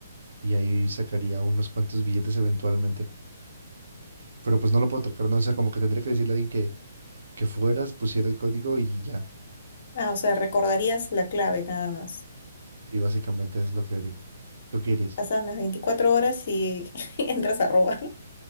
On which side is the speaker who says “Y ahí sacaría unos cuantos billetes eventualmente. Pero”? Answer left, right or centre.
Right